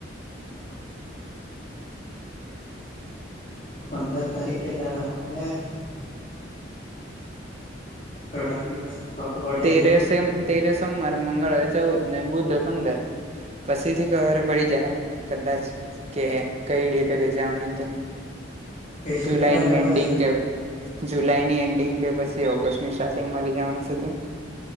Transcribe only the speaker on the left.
હા હા પંદર તારીખ કે દાડા આવહે. મણ થોડાક દિવસમાં. ખબર પડહે
જ રે.
કે સૂત્ર
રહેવા
લાય